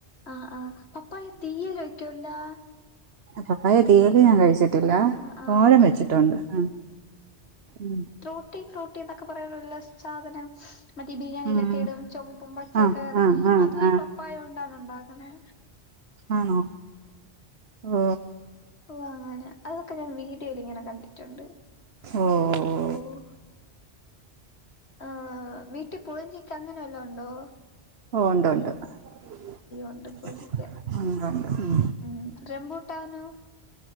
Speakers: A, on the left; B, on the right.
A: ആ ആ പപ്പായ തീയല് വെയ്ക്കുവല്ലോ.
B: പപ്പായ തീയല് ഞാൻ കഴിച്ചിട്ടില്ല
A: ആഹ് ആഹ്
B: തോരൻ വെച്ചിട്ടോണ്ട് അ ഉം
A: ട്രൂട്ടി ഫ്രൂട്ടി എന്നൊക്കെ പറയാറുള്ള സാധനം. മറ്റേയീ ബിരിയാണിയിലൊക്കെയിടും
B: ഉം
A: ചൊമപ്പും പച്ചയൊക്കെടേ
B: ആ ആ ആ
A: അതും
B: ആ
A: ഈ പപ്പായ കൊണ്ടാണോ ഒണ്ടാക്കുന്നെ
B: ആണോ ഓ
A: ഓ അങ്ങനെ അതൊക്കെ ഞാൻ വീഡിയോലിങ്ങനെ കണ്ടിട്ടോണ്ട്.
B: ഓഹ്
A: ഓഹ് ആഹ് വീട്ടി പുളിയിഞ്ചിക്കെ അങ്ങനെ വല്ലോ ഒണ്ടോ
B: ഓ ഒണ്ട് ഒണ്ട് ഒണ്ട്
A: ഉണ്ട് പുളിഞ്ചിക്ക
B: ഒണ്ട് ഉം
A: ഉം റംമ്പൂട്ടാനോ